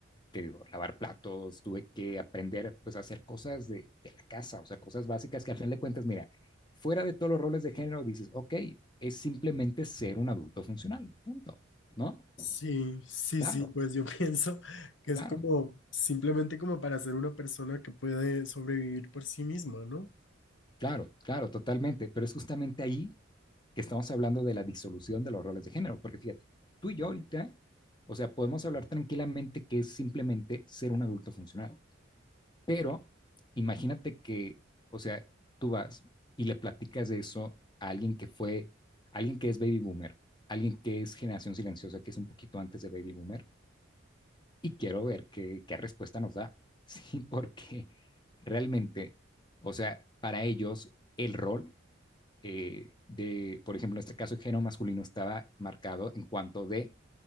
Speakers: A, on the left; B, on the left.
A: te digo, lavar platos, tuve que aprender pues a hacer cosas de, de la casa, o sea, cosas básicas que al final de cuentas, mira, fuera de todos los roles de género, dices, ok, es simplemente ser un adulto funcional, punto, ¿no?
B: Sí, sí,
A: Claro,
B: sí, pues yo <laughs> pienso que es
A: claro,
B: como simplemente como para ser una persona que puede sobrevivir por sí misma, ¿no?
A: claro, claro, totalmente, pero es justamente ahí que estamos hablando de la disolución de los roles de género, porque fíjate, tú y yo ahorita, o sea, podemos hablar tranquilamente que es simplemente ser un adulto funcional, Pero imagínate que, o sea, tú vas y le platicas de eso a alguien que fue, alguien que es baby boomer, alguien que es generación silenciosa, que es un poquito antes de baby boomer, y quiero ver qué, qué respuesta nos da. <laughs> Sí, porque realmente, o sea, para ellos el rol eh, de, por ejemplo, en este caso, el género masculino estaba marcado en cuanto de